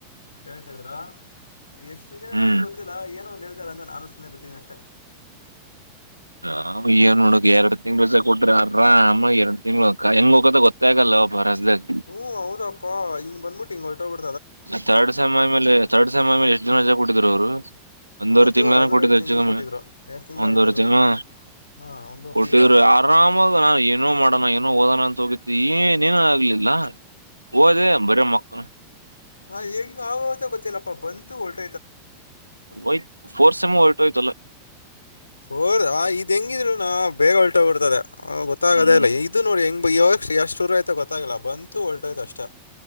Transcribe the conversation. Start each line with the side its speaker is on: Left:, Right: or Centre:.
Left: ಹೇಳ್ತಾ ಇದ್ರ. ಎಷ್ಟು ನಿಜ
Right: ಹ್ಮ್
Left: ಎಸ್ಟಲ ಗೊತ್ತಿಲ್ಲ ಏನ ಒಂದು ಹೇಳತಾರೆ ಅಂತ ನಾನು ಸುಮ್ಮನೆ ಬಿಟ್ಟಿದ್ದೀನಿ ಅಷ್ಟೇ.
Right: ನಾವು ಏನ್ ನೋಡಕು ಎರಡ ತಿಂಗಳ ರಜೆ ಕೊಟರೆ ಆರಾಮ ಎರಡ ತಿಂಗಳಕ ಹೆಂಗ್ ಹೋಗಕದ ಗೊತ್ತ ಆಗಲ್ಲ ಒಬ್ಬ. ರಜದಾಗ
Left: ಹ್ಮ್ ಹೌದಪ್ಪಾ ಹಿಂಗ ಬಂದ್ಬಿಟ್ಟು ಹಿಂಗ ಹೊರಟ ಹೋಗ.
Right: ಥರ್ಡ್ ಸೇಮ್ ಆಮೇಲೆ ಥರ್ಡ್ ಸೇಮ್ ಆಮೇಲೆ ಎಷ್ಟ ದಿನ ರಜ ಕೊಟ್ಟಿದ್ರು ಇವರು. ಒಂದವರೆ
Left: ಅದು
Right: ತಿಂಗಳಾನ
Left: ಅದು
Right: ಕೊಟ್ಟಿದ್ರು
Left: ಎರಡು
Right: ಹೆಚ್ಚು
Left: ತಿಂಗಳು
Right: ಕಮ್ಮಿ
Left: ಕೊಟ್ಟಿದ್ರು
Right: ನ
Left: ಎರಡು ತಿಂಗಳು
Right: ಒಂದವರೆ
Left: ಆಯ್ತು ಅದೂ
Right: ತಿಂಗಳು.
Left: ಹಾಂ ಒಂದೂವರೆ
Right: ಕೊಟ್ಟಿದ್ರು
Left: ತಿಂಗಳು
Right: ಆರಾಮದ ನಾನು ಏನೋ ಮಾಡೋಣ ಏನೋ ಓದೋಣ ಅಂತ ಹೋಗಿದ್ದೆ ಏನ್. ಇನ್ನೇನು ಆಗ್ಲಿಲ್ಲ ಹೋದವಿ ಬರೆ ಮಕ್ಕಳೋದು.
Left: ಹ ಹೆಂಗ ಆವ ಅಂತ ಗೊತ್ತಿಲ್ಲಪ್ಪ ಬಂತು ವೋತ.
Right: ಒಯ್ತ ಫೋರ್ತ್ ಸೇಮ್ ಹೊರಟೋಯ್ತು ಎಲ್ಲ.
Left: ಫೋರ್ ಆ ಇದ್ ಹೆಂಗಿದ್ರುನೋ ಬೇಗ ಹೊಲ್ಟೋಗ್ಬಿಡ್ತದೆ ಅ ಗೊತ್ತಾಗದೇ
Right: ಹ್ಮ್
Left: ಇಲ್ಲ ಇದು ನೋಡ್ ಹೆಂಗ್ ಬ್ ಯೋ ಎಂಗ ಶುರುವಾಯ್ತು ಗೊತ್ತಾಗಿಲ್ಲ ಬಂತು ಹೋರಾಟಿತ್ತು ಅಷ್ಟೇ.